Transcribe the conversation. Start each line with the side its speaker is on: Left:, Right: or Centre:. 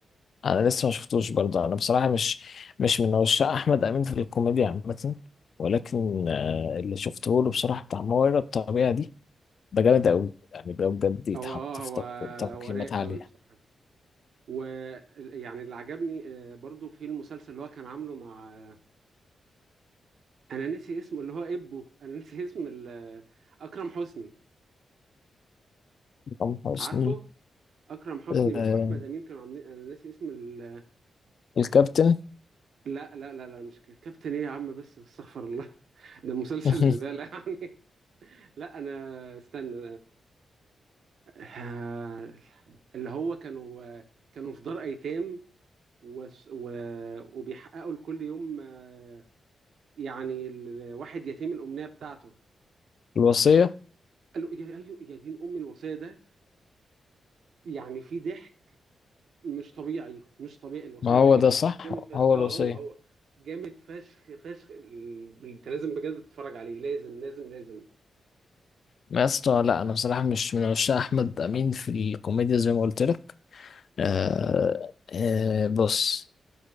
Left: انا لسه ما شفتوش برضه انا بصراحه مش مش من عشاق احمد امين في الكوميديا عامه ولكن آه، اللي شفته له بصراحه بتاع ما وراء الطبيعه دي ده جامد قوي يعني ده بجد يتحط
Right: هو اه
Left: في
Right: هو
Left: تق- تقييمات
Right: هو رايق
Left: عاليه
Right: قوي بصراحة ويعني اللي عجبني آه، برضو في المسلسل اللي هو كان عامله مع انا نسي اسمه اللي هو ابو انا نسي <laughs> اسم ال- اكرم حسني
Left: حسام حسني
Right: عارفه اكرم حسني
Left: آه،
Right: واحمد امين كانوا عاملين انا نسي اسم ال...
Left: الكابتن
Right: لا لا لا لا مش ك- كابتن ايه يا عم بس استغفر الله <laughs> ده مسلسل
Left: <laughs>
Right: زبالة يعني <laughs> لا انا استنى آه، اللي هو كانوا كانوا في دار ايتام و... و... وبيحققوا لكل يوم آه، يعني الواحد يتيم الامنية بتاعته
Left: الوصية
Right: قالوا يا أيوة يا دين ام الوصية ده يعني في ضحك مش طبيعي مش طبيعي الوصية
Left: ما هو
Right: ده جامد
Left: ده صح
Right: جامد فشخ
Left: هو
Right: اه
Left: الوصية
Right: هو هو جامد فشخ فشخ ال- انت لازم بجد تتفرج عليه لازم لازم لازم
Left: ما يا اسطى لا انا بصراحة مش من عشاق احمد امين في الكوميديا زي ما قلت لك آه آه بص